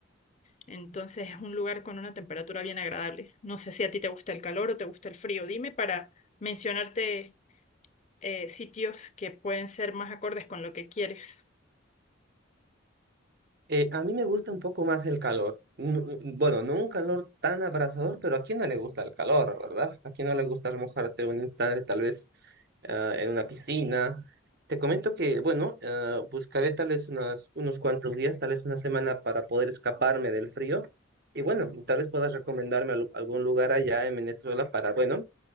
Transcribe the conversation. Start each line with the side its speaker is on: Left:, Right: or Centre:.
Left: Entonces es un lugar con una temperatura bien agradable. No sé si a ti te gusta el calor o te gusta el frío. Dime para mencionarte eh, sitios que pueden ser más acordes con lo que quieres.
Right: Eh, a mí me gusta un poco más el calor. No- no- Bueno, no un calor tan abrasador, pero ¿a quién no le gusta el calor, verdad? ¿A quién no le gusta remojarse un instante, tal vez ah, en una piscina? Te comento que, bueno, ah, buscaré tal vez unas, unos cuantos días, tal vez una semana para poder escaparme del frío. Y bueno, tal vez puedas recomendarme al- algún lugar allá en Venezuela para, bueno,